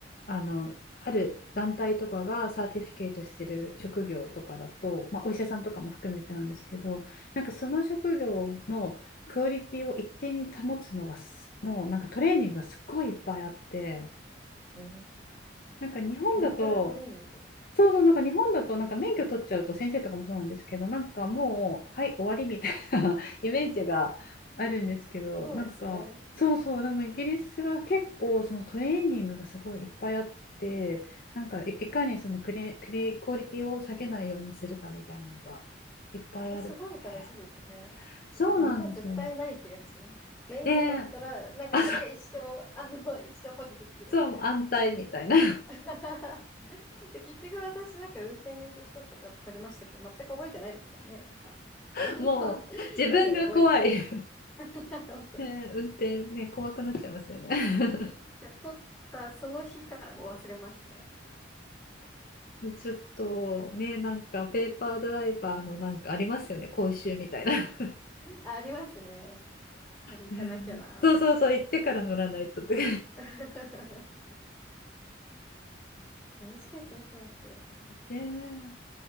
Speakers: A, on the left; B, in the centre.
A: あのある団体とかがサーティフィケートしてる職業とかだと、まあ、お医者さんとかも含めてなんですけどなんかその職業のクオリティを一定に保つのはすのなんかトレーニングがすっごいいっぱいあって
B: へえ。
A: なんか日本だと
B: メンタルトレーニング。
A: そうそうなんか日本だとなんか免許取っちゃうと先生とかもそうなんですけどなんかもうはい終わりみたいな <laughs> イメージがあるんですけどなんかそうそうでもイギリスは結構そのトレーニングがすごいいっぱいあってなんかい、
B: そうですね。
A: いかにそのクレ、クレ、クオリティを下げないようにするかみたいなのがいっぱいあるね。
B: それすごい大事ですね。
A: そうなんですよ。
B: なんか日本絶対ない気がします。免許取ったら、
A: で、
B: なんかそれが一生、
A: あ、
B: あの、一生保持できるみたいな。
A: そう安泰みたいな
B: <laughs> で、結局私なんか運転免許証とか取りましたけど、全く覚えてないですからね。なんか、あの
A: <laughs>
B: <laughs>
A: もう自分が怖い
B: 何を覚えて。
A: <laughs>
B: <laughs> 本当に。
A: ね、運転ね怖くなっちゃいますよね <laughs>
B: 免許取ったその日からもう忘れましたから。
A: ちょっとねなんかペーパードライバーのなんかありますよね講習みたいな <laughs>、
B: あ、ありますね。あれ行かなきゃな。
A: ねそうそうそう行ってから乗らないとって
B: <laughs> 大事ですね、そうやって。う
A: <laughs> ね